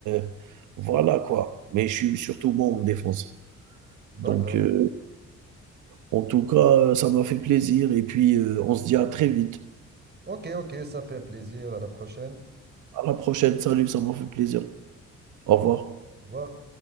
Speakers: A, on the right (about 80°); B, on the right (about 35°).
A: heu, voilà quoi. Mais je suis surtout bon en défense.
B: D'accord.
A: Donc heu, en tout cas, heu, ça m'a fait plaisir et puis, heu, on se dit à très vite.
B: Ok, ok, ça fait plaisir. À la prochaine.
A: À la prochaine. Salut, ça m'a fait plaisir. Au revoir.
B: Au revoir.